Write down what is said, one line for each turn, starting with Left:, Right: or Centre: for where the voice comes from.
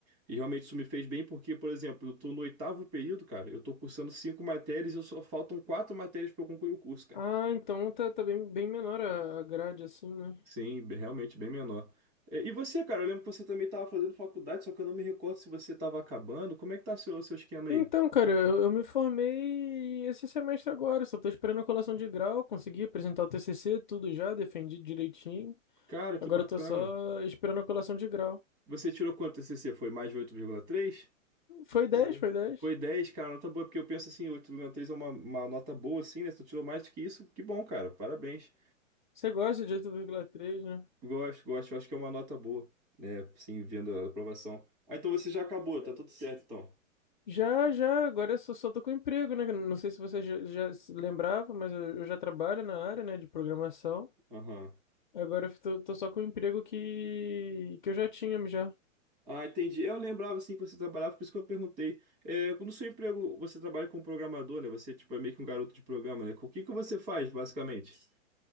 Right: E realmente isso me fez bem porque, por exemplo, eu tô no oitavo período, cara, eu tô cursando cinco matérias e eu só faltam quatro matérias para eu concluir o curso, cara.
Left: Ah, então tá, tá bem, bem menor a, a grade, assim, né?
Right: Sim, bem- realmente bem menor. E e você, cara, eu lembro que você também estava fazendo faculdade, só que eu não me recordo se você estava acabando. Como é que tá seu, o seu esquema aí?
Left: Então, cara, eu, eu me formei esse semestre agora, só tô esperando a colação de grau, consegui apresentar o TCC, tudo já, defendi direitinho.
Right: Cara, que
Left: Agora
Right: bacana.
Left: eu tô só esperando a colação de grau.
Right: Você tirou quanto TCC? Foi mais de 8,3?
Left: Foi 10,
Right: Por aí.
Left: foi 10.
Right: Foi 10 cara, nota boa, porque eu penso assim, oito vírgula três é uma, uma nota boa, assim, né? Se tu tirou mais do que isso, que bom, cara, parabéns.
Left: Você gosta de oito vírgula três, né?
Right: Gosto, gosto, eu acho que é uma nota boa, né? sim vendo a aprovação. Ah, então você já acabou, tá tudo certo, então.
Left: Já, já, agora eu só, só tô com emprego, né? Não sei se você já, já se lembrava, mas eu, eu já trabalho na área, né, de programação.
Right: Aham.
Left: Agora eu tô, tô só com o emprego que, que eu já tinha já.
Right: Ah, entendi. Eu lembrava assim que você trabalhava, por isso que eu perguntei. É, no seu emprego, você trabalha como programador, né? Você tipo, é meio que um garoto de programa, né? O que que você faz, basicamente?